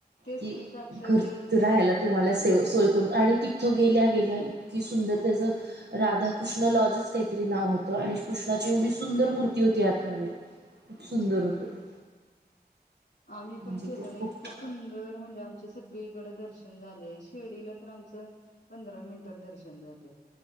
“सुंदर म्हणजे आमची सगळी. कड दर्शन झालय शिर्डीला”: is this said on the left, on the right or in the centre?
Left